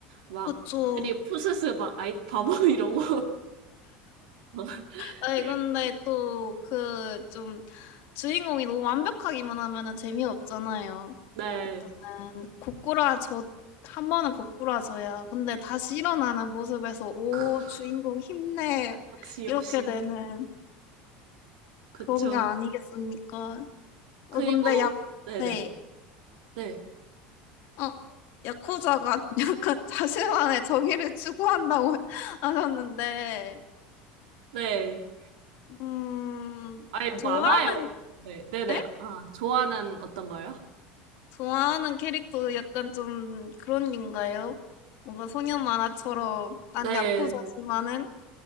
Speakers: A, on the right; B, on the left.
A: 막
B: 그쵸.
A: 괜히 푸스스 막 아이, 바보 <laughs> 이러고. <laughs>
B: 아니,
A: 네.
B: 근데 또, 그, 좀, 주인공이 너무 완벽하기만 하면은 재미없잖아요.
A: 네.
B: 일단은, 고꾸라져, 한 번은 고꾸라져야. 근데 다시 일어나는 모습에서, 오,
A: 크,
B: 주인공 힘내.
A: 역시, 역시.
B: 이렇게 되는
A: 그쵸.
B: 그런 게 아니겠습니까? 어,
A: 그리고,
B: 근데 야,
A: 네네.
B: 네.
A: 네.
B: 어, 야쿠자가 <laughs> 약간 자신만의 정의를 추구한다고 <laughs> 하셨는데,
A: 네.
B: 음,
A: 아예
B: 좋아하는,
A: 많아요. 네, 네네.
B: 네?
A: 아, 좋아하는 어떤 거요?
B: 좋아하는 캐릭터 약간 좀 그런 류인가요? 뭔가 소년 만화처럼 난
A: 네,
B: 야쿠자지만은